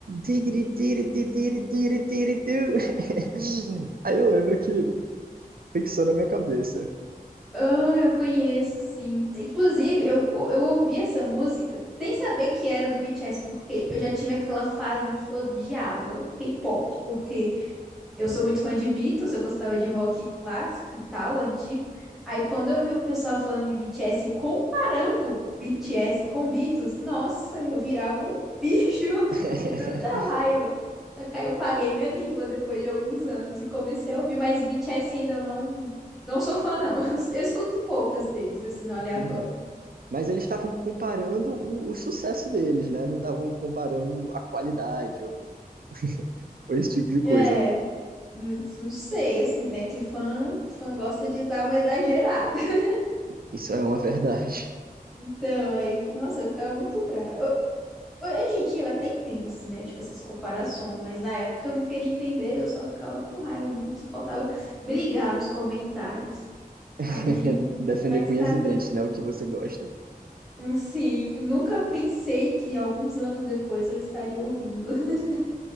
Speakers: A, on the right; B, in the centre.
A: digiri, diri, di, diri, diri, diri, du. <laughs> Aí eu lembro que fixou na minha cabeça.
B: Ah, eu conheço, sim. Inclusive, eu, eu ouvi essa música sem saber que era do BTS, porque eu já tive aquela fase que eu odiava K-pop, porque eu sou muito fã de Beatles, eu gostava de rock clássico e tal, antigo. Aí quando eu vi o pessoal falando de BTS, e comparando BTS com Beatles, nossa, eu virava um bicho <laughs>
A: <laughs>
B: de tanta raiva. Daí eu paguei minha língua depois de alguns anos e comecei a ouvir, mas BTS ainda eu não, não sou fã, não. <laughs> Eu escuto poucas deles, assim, no aleatório.
A: Entendi. Mas eles estavam comparando o, o sucesso deles, né? Não estavam comparando a qualidade ou, ou esse tipo de coisa.
B: É, n- não sei, assim, né? Que fã, fã gosta de dar uma exagerada. <laughs>
A: Isso é uma verdade.
B: Então, aí, nossa, eu ficava muito brava. Hoje em dia eu até entendo, assim, né? Tipo, essas comparações, mas na época eu não queria entender, eu só ficava com raiva mesmo, só faltava brigar nos comentários.
A: <laughs>
B: Aí,
A: Defender
B: mas
A: com
B: tá,
A: unhas e
B: tran-
A: dentes, né? O que você gosta.
B: hum, sim eu nunca pensei que alguns anos depois eu estaria ouvindo. <laughs>